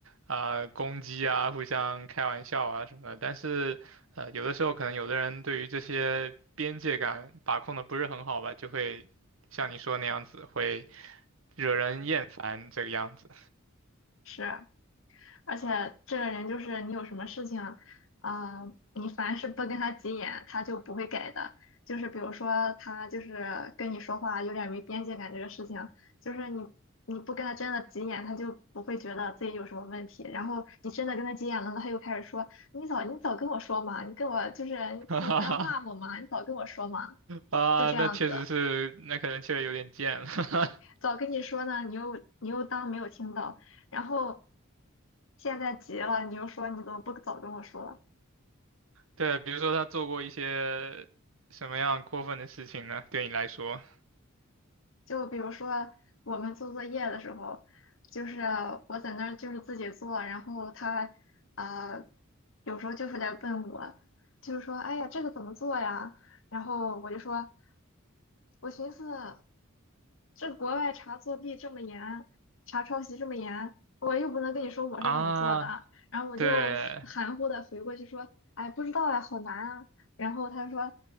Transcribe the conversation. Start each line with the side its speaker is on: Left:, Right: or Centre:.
Right: 啊、呃攻击啊，互相开玩笑啊什么的。但是呃，有的时候可能有的人对于这些边界感把控的不是很好吧，就会像你说那样子，会惹人厌烦这个样子。
Left: 是。而且这个人就是你有什么事情，啊、你凡是不跟他急眼，他就不会改的。就是比如说他就是跟你说话有点没边界感这个事情，就是你你不跟他真的急眼，他就不会觉得自己有什么问题。然后你真的跟他急眼了，他又开始说你早你早跟我说嘛，你跟我就是你不要骂我嘛，
Right: <laughs> 哈哈哈
Left: 你早跟我说嘛，
Right: 啊，
Left: 就这样子。
Right: 那确实是，那可能确实有点贱了。<laughs>
Left: 早跟你说呢，你又你又当没有听到，然后现在急了，你又说你怎么不早跟我说？
Right: 对，比如说他做过一些什么样过分的事情呢？对你来说
Left: 就比如说我们做作业的时候，就是我在那儿就是自己做，然后他呃有时候就是来问我，就是说哎呀这个怎么做呀？然后我就说，我寻思。这国外查作弊这么严，查抄袭这么严，我又不能跟你说我是怎么做的。
Right: 啊，
Left: 然后我就是含糊的回过去说，
Right: 对
Left: 哎，不知道哎，好难啊。然后他说，